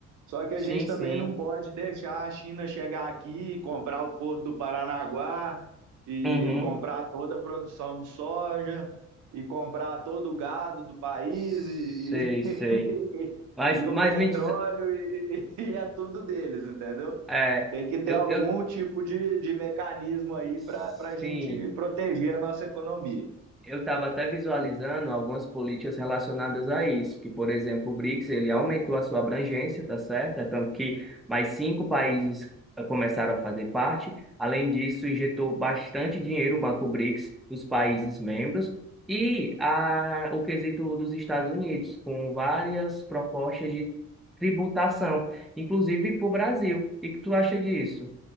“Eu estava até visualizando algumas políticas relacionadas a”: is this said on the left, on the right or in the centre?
Centre